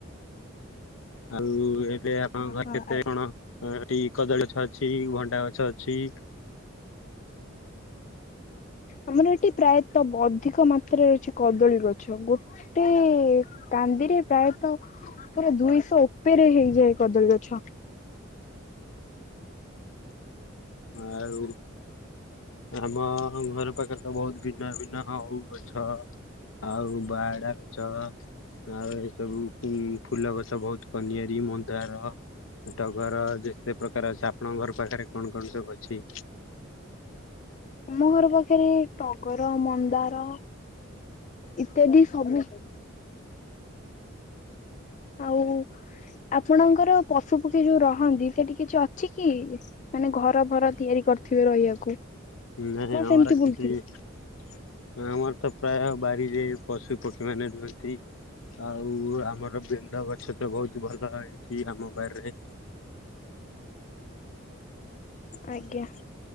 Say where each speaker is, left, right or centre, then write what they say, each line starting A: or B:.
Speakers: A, on the left (about 80°); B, on the left (about 35°).
A: ଆଉ ଏବେ ଆପଣଙ୍କ
B: ଓହୋ
A: ଘରେ କେତେ
B: ଆଜ୍ଞା
A: କଣ ହ ଏଠି କଦଳୀ ଗଛ ଅଛି ଭଣ୍ଡା ଗଛ ଅଛି।
B: ଆମର ଏଠି ପ୍ରାୟତଃ ଅଧିକ ମାତ୍ରାରେ ରହିଛି କଦଳୀ ଗଛ ଗୋ ଟି କାନ୍ଦିରେ ପ୍ରାୟତଃ ପୁରା ଦୁଇଶହ ଉପେରେ ହେଇଯାଏ କଦଳୀ ଗଛ।
A: ଆଉ ଆମ ଘର ପାଖରେତ ବହୁତ୍ ଭିନ୍ନ ଭିନ୍ନ ଓଉ ଗଛ ଆଉ ବାହାଡ଼ା ଗଛ। ଆଉ ଏ ସବୁ ଫୁଲ ଗଛ ବହୁତ୍ କନିଆର ମନ୍ଦାର। ଟଗର ଯେତେ ପ୍ରକାର ଅଛି ଆପଣଙ୍କ ଘର ପାଖରେ କଣ କଣ ସବୁ ଅଛି?
B: ଆମ ଘର ପାଖରେ ଟଗର ମନ୍ଦାର ଇତ୍ୟାଦି ସବୁ ଆଉ ଆପଣଙ୍କର ପଶୁ ପକ୍ଷୀ ଯୋଉ ରହନ୍ତି ସେଠି କିଛି ଅଛିକି? ମାନେ ଘର ଭର ତିଆରି କରିଥିବେ ରହିବାକୁ।
A: ନାଇ
B: ନା
A: ଆମର
B: ସେମିତି
A: କିଛି
B: ବୁଲୁଥିବେ?
A: ନାଁ ଆମରତ ପ୍ରାୟ ବାରିରେ ପଶୁ ପକ୍ଷୀ ମାନେ ରୁହନ୍ତି। ଆଉ ଆମର ବେଲ ଗଛତ ବହୁତ୍ ଭଲ ହେଇଚି ଆମ ବାରିରେ।
B: ଆଜ୍ଞା